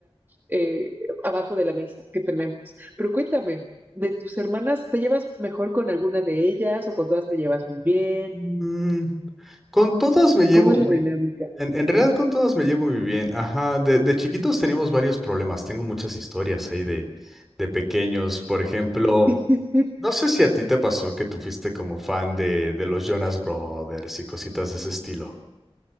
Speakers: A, on the right; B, in the centre.
A: eh, abajo de la mesa que tenemos. Pero cuéntame, de tus hermanas, ¿te llevas mejor con alguna de ellas o con todas te llevas muy bien?
B: Mm, con todas me llevo
A: ¿Cómo es
B: muy.
A: la dinámica?
B: En, en realidad con todas me llevo muy bien. Ajá, de, de chiquitos teníamos varios problemas. Tengo muchas historias ahí de, de pequeños. Por ejemplo.
A: <laughs>
B: No sé si a ti te pasó que tú fuiste como fan de, de los Jonas Brothers y cositas de ese estilo.